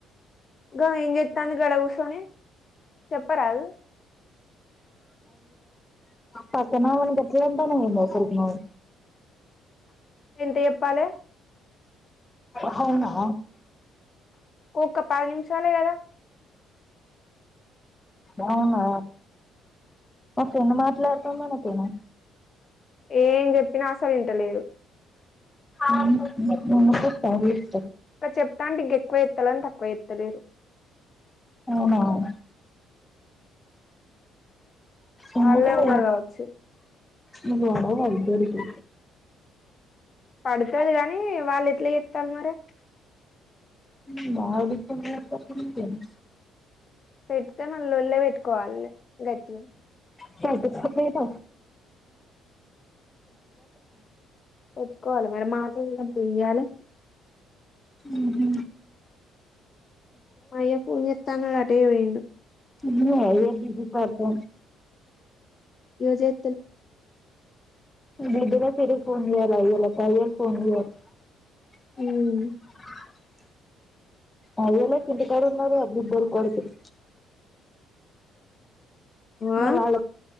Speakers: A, on the left; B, on the left.
A: ఇంకా ఏంచెప్తాంది? గడ కూర్చొని చెప్పరాదు?
B: పక్కనోల్లను గట్లంటానవేందే? అసల్కి నువ్.
A: ఎంత చెప్పాలే?
B: హవునా?
A: ఓక పది నిముషాలే కదా!
B: అవును. ఓకే ను మాట్లాడుతందని ఓకే న.
A: ఏం చెప్పినా అసలింటలేదు.
B: ఊమ్ ఉమ్ ఇంగ్ సారి
A: ఆ చెప్తా అంటే ఇంక ఎక్కువ ఎత్తాలని తక్కువ ఎత్తలేరు.
B: అవునవును ఎందుకులే
A: వాళ్ళే ఉన్నారు కావచ్చు
B: నువ్వాడ వాళ్ళ ఇద్దరికి
A: పడుతది గాని వాళ్లు ఎట్లా చేత్తాలు మరి
B: ఉమ్ వాడితోని చెప్పకుంటే ఏమి
A: పెడితే మన లొల్లే పెట్టుకోవాలి గట్టిగా
B: తట్టుకోలేదట
A: ఒప్పుకోవాల మేడం మాట ఈయద్దు ఇయ్యాలే
B: ఊహు
A: మా అయ్య ఫోన్ జేస్తాన్నాడు అటే పోయిండు <inaudible>
B: నువ్వా ఏదిగుపడతవ్
A: యోజన్
B: గడ్డిన తిరు పుంజనర్ ల కాయల్ ఫోన్ జేయల్ <unintelligible>
A: ఉమ్
B: అది ఎలా కింతకాడున్నారో అబ్బిద్దర్ కొడకుల్ ఇయల
A: ఆ
B: ఆళ్ళ